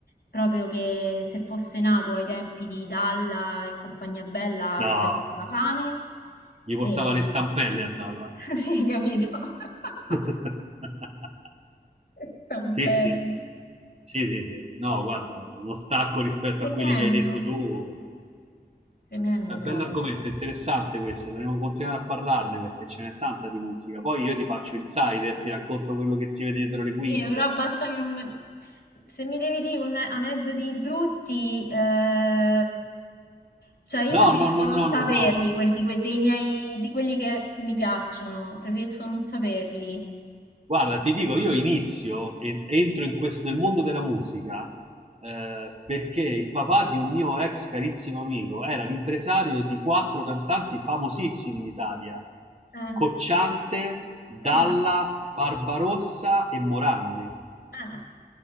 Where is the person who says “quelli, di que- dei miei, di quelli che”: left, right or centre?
Left